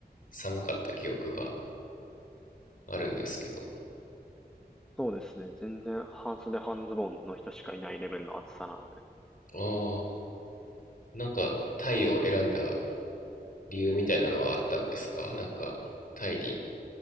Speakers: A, on the left (about 55°); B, in the centre.
A: 寒かった記憶があるんですけど。
B: そうですね。全然半袖半ズボンの人しかいないレベルの暑さなので。
A: ああ、なんかタイを選んだ理由みたいなのはあったんですかなんか、タイに